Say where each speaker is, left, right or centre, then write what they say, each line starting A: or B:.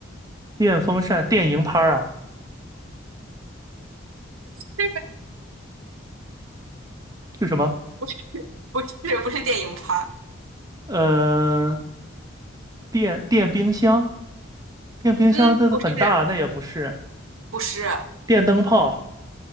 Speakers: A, on the right; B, on the right.
A: 电风扇、电蝇拍儿啊，
B: 这个
A: 是什么？
B: 不是不是不是电影拍儿，
A: 呃，电电冰箱，电冰箱它很大，
B: 嗯，不是
A: 那也不是
B: 不是，
A: 电灯泡。